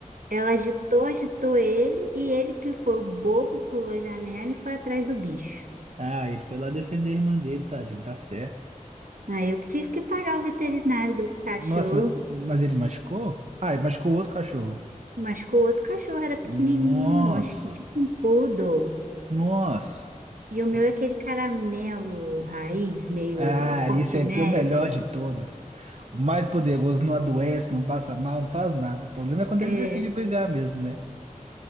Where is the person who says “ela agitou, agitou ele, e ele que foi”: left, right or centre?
Right